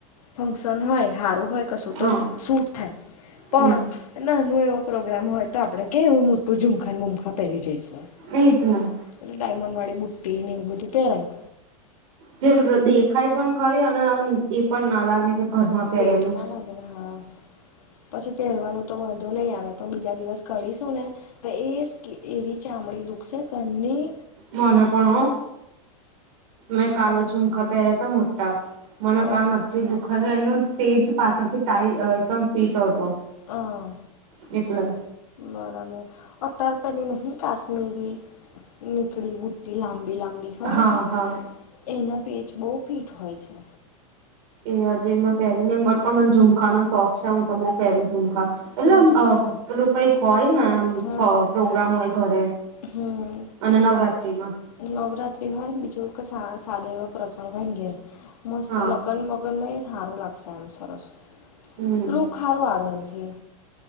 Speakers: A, on the left (about 85°); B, on the right (about 65°).
A: ફંક્શન હોય, સારું હોય, કશું તો
B: હા
A: શૂટ થાય. પણ
B: હમ
A: નાનું એવો પ્રોગ્રામ હોય, તો આપણને કે એવું મોટું ઝુમખાન બુમખા પહેરી જઈશું?
B: એ જ ને.
A: એ ડાયમંડ વાળી બુટ્ટી ને, એવું બધું પહેરાય.
B: જે દેખાય પણ ખરી, અને આમ એ પણ ના લાગે કે ઘરમાં પહેરેલું.
A: વેટ ના લાગે હા, પછી પહેરવાનું તો વાંધો નહીં આવે, પણ બીજા દિવસ કરીશું ને. તો એ એવી ચામડી દુખશે ઘણી.
B: મને પણ હો, મેં કાલ ઝુમખા પહેર્યા તો મોટા. મને
A: ઓહ
B: કાન એ દુખાય, એનું પછી પાછળથી ટાઈટ એકદમ ફીટ હતો.
A: હા.
B: એટલે
A: બરાબર. ઓ, તારે પેલી કાશ્મીરી? નીકળી બુ્ટટી લાંબી-લાંબી. ખબર
B: હા
A: છે,
B: હા
A: એના પેજ બહુ ફીટ હોય છે.
B: એ હજી પહેરીને ખબર પણ. મને ઝુમખા નો શોખ છે, હું તો બઉુ પહેરું ઝુમખા. એટલે
A: એમાં જોડે છે
B: પેલું કંઈક હોય ને
A: હા
B: પ્રોગ્રામ હોય ઘરે.
A: હમ.
B: અને નવરાત્રી માં.
A: નવરાત્રી હોય બીજો સાદો એવો પ્રસંગ હોય ને ઘેર. મસ્ત,
B: હા
A: લગન-મગનમા હારું લાગે. બહુ સરસ
B: હમ
A: લુક, સારું આવે એમાંથી.